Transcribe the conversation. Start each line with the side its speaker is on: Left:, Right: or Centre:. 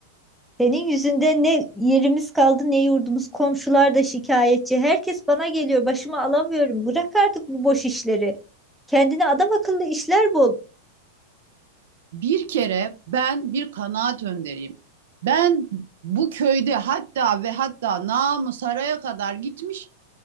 Centre: Senin yüzünden ne yerimiz kaldı ne yurdumuz. Komşular da şikayetçi. Herkes bana geliyor. Başıma alamıyorum. Bırak artık bu boş işleri. Kendine adam akıllı işler bul.
Right: Bir kere ben bir kanaat önderiyim. Ben bu köyde hatta ve hatta namı saraya kadar gitmiş